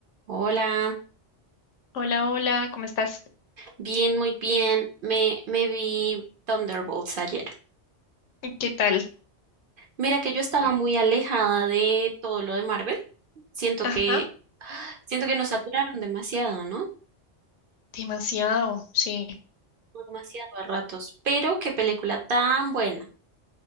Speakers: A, on the right; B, on the left.
A: Hola,
B: Hola, hola, ¿cómo estás?
A: bien, muy bien. Me, me vi Thunderbolts ayer.
B: ¿Qué tal?
A: Mira que yo estaba muy alejada de todo lo de Marvel. Siento
B: Ajá,
A: que, siento que nos saturaron demasiado, ¿no?
B: demasiado, sí,
A: Demasiado a ratos. Pero qué película tan buena.